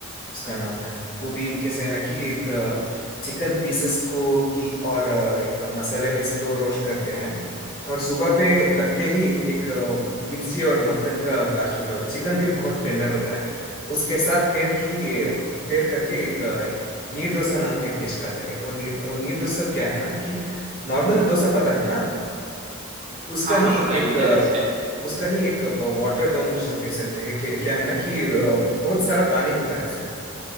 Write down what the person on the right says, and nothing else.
हाँ
हाँ पता है
मुझे
जैसे